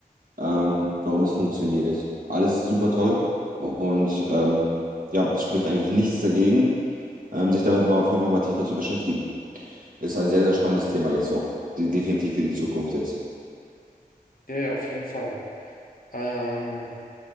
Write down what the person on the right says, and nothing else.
ähm, warum es funktioniert. Alles super toll und ähm, ja, es spricht eigentlich nichts dagegen, ähm, sich damit mal auf jeden Fall mal tiefer zu beschäftigen. Ist ein sehr, sehr spannendes Thema jetzt auch, de- definitiv für die Zukunft jetzt.